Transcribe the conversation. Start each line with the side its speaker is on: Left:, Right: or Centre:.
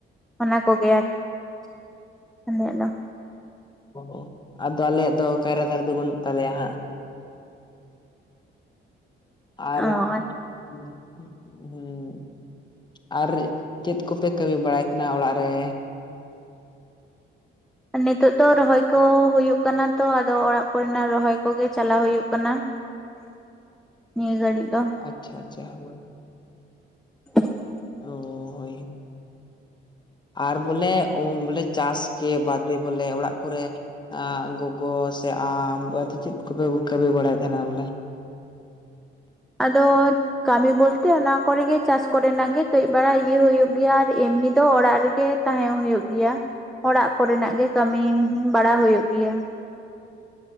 Centre: ᱚᱱᱟ ᱠᱚᱜᱮ <inaudible> ᱟᱞᱮᱭᱟᱜ ᱫᱚ᱾
Left: ᱚ ᱟᱫᱚ ᱟᱞᱮᱭᱟᱜ ᱫᱚ ᱠᱟᱭᱨᱟ ᱫᱟᱨᱮ ᱫᱚ ᱵᱟᱹᱱᱩᱜ ᱛᱟᱞᱮᱭᱟ ᱦᱟᱸᱜ᱾ ᱟᱨ
Centre: ᱚ
Left: <unintelligible> ᱟᱨ ᱪᱮᱫ ᱠᱚᱯᱮ ᱠᱟᱹᱢᱤ ᱵᱟᱲᱟᱭ ᱠᱟᱱᱟ ᱚᱲᱟᱜ ᱨᱮ?
Centre: ᱱᱤᱛᱚᱜ ᱫᱚ ᱨᱚᱦᱚᱭ ᱠᱚ ᱦᱳᱭᱳᱜ ᱠᱟᱱᱟ ᱛᱚ ᱟᱫᱚ ᱚᱲᱟᱜ ᱠᱚᱨᱮᱱᱟᱜ ᱨᱚᱦᱚᱭ ᱠᱚᱜᱮ ᱪᱟᱞᱟᱣ ᱦᱳᱭᱳᱜ ᱠᱟᱱᱟ᱾ <inaudible> ᱱᱤᱭᱟᱹ ᱜᱟᱹᱲᱤᱡ ᱫᱚ᱾
Left: ᱟᱪᱪᱷᱟ ᱟᱪᱪᱷᱟ ᱦᱳᱭ
Centre: <inaudible>
Left: ᱚ ᱦᱳᱭ ᱟᱨ ᱵᱚᱞᱮ ᱪᱟᱥ ᱜᱮ ᱵᱟᱫᱮ ᱵᱚᱞᱮ ᱚᱲᱟᱜ ᱠᱚᱨᱮ ᱜᱚᱜᱚ ᱥᱮ ᱟᱢ ᱪᱮᱫ ᱠᱚᱯᱮ ᱠᱟᱹᱢᱤ ᱵᱟᱲᱟᱭᱮᱫ ᱛᱟᱦᱮᱱᱟ ᱵᱚᱞᱮ?
Centre: ᱟᱫᱚ ᱠᱟᱹᱢᱤ ᱵᱚᱞᱛᱮ ᱚᱱᱟ ᱠᱚᱨᱮᱜᱤ ᱪᱟᱥ ᱠᱚᱨᱮᱱᱟᱜ ᱜᱮ ᱠᱟᱹᱡᱵᱟᱲᱟ ᱤᱭᱟᱹ ᱦᱩᱭᱩᱜ ᱜᱮᱭᱟ ᱟᱨ ᱮᱢᱱᱤ ᱫᱚ ᱚᱲᱟᱜ ᱨᱮᱜᱮ ᱛᱟᱦᱮᱸ ᱦᱩᱭᱩᱜ ᱜᱮᱭᱟ, ᱚᱲᱟᱜ ᱠᱚᱨᱮᱱᱟᱜ ᱜᱮ ᱠᱟᱹᱢᱤ ᱵᱟᱲᱟ ᱦᱩᱭᱩᱜ ᱜᱮᱭᱟ᱾